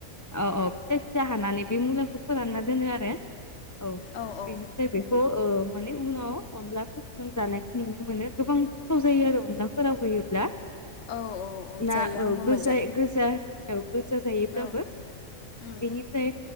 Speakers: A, on the left; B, on the left.
A: औ औ फिसा फिसा हानानै बे मुलाखौ फोरानना दोनो आरो औ
B: औ औ
A: बेनो बेखौ माने उनाव अनलाफोरजों जानायखौ नुनो मोनो गोबां गोस्थाव जायो आरो अनलाफोराव होयोब्ला
B: औ औ
A: ना
B: जायो
A: औ
B: आंबो
A: गोज
B: मोनजादों
A: गोजा औ गोजा जायोब्लाबो
B: औ उम
A: बेनिफ्राय